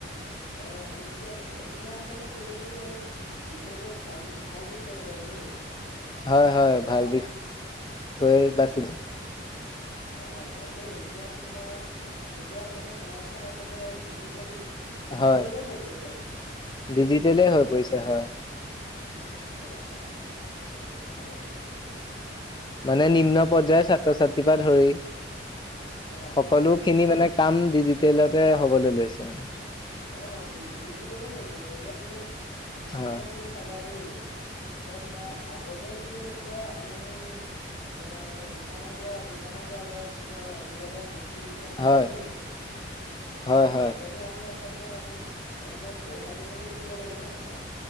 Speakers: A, on the left; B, on the left.
A: অ', নিশ্চয় নিশ্চয় তোমাৰ আচলতে টপিকটো বহুত বিষয়টো ভাল ভাল বিষয় বাৰু দেই।
B: হয় হয়
A: এতিয়া
B: ভাল বিষয় বাচি
A: অ', অ' তাকে এতিয়াতো তোমাৰ গোটেই আচলতে সমাজখন আচলতে ডিজিটেল। ডিজিটেলে
B: হয়
A: হৈ গৈছে।
B: ডিজিটেলে হৈ পৰিছে
A: পাইছা
B: হয়।
A: নাই? হয় হয় অ এই-
B: মানে
A: হয়
B: নিম্ন পৰ্যায়। ছাত্ৰ-ছাত্ৰীকে ধৰি।
A: অ
B: সকলো
A: অ
B: খিনি মানে কাম ডিজিটেলতে হ'বলৈ লৈছে মানে।
A: অ', ডিজিটেলে হৈ পৰিছে এতিয়া তুমি
B: হয়
A: এতিয়া তুমি চাবা। দেই, এতিয়া তোমাৰ আগতে কি হৈছিলে আমি তোমাৰ দোকানৰ পৰা দোকানৰ পৰা বা কিবা ক'ৰবাৰ পৰা বস্তু যেতিয়া আমি
B: হয়
A: কিনো,
B: হয় হয়
A: তেতিয়াতো আমি আ চবে আমি এনেকে পইচা দি মেলি কিনিব লাগে হয় নে নহয়?